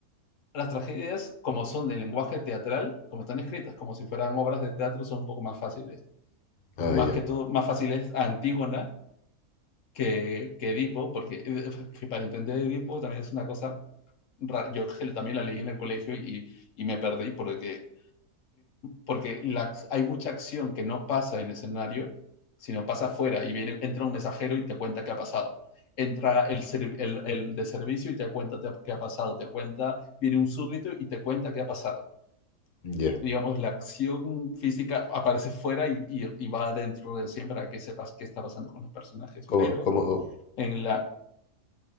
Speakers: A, on the left; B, on the left.
A: las tragedias, como son de lenguaje teatral, como están escritas, como si fueran obras de teatro, son un poco más fáciles.
B: Ah,
A: Más
B: ya,
A: que todo, más fáciles a Antígona que, que Edipo, porque eh, para entender Edipo también es una cosa, ra- yo también la leí en el colegio y, y me perdí porque, porque la- hay mucha acción que no pasa en el escenario, sino pasa afuera y viene, entra un mensajero y te cuenta qué ha pasado. Entra el, el, el de servicio y te cuenta qué ha pasado, te cuenta, viene un súbdito y te cuenta qué ha pasado.
B: ya.
A: Digamos, la acción física aparece fuera y, y- y va adentro de siempre para que sepas qué está pasando con los personajes,
B: ¿Cómo,
A: pero
B: cómo?
A: en la